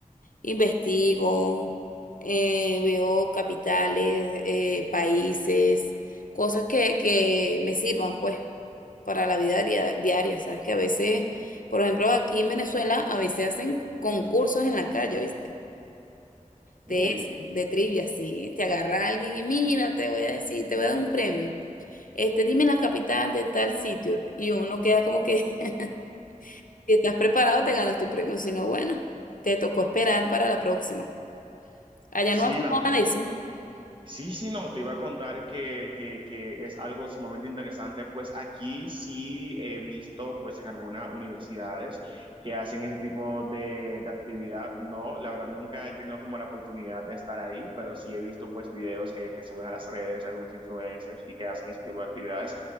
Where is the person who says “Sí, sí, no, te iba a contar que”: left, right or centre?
Right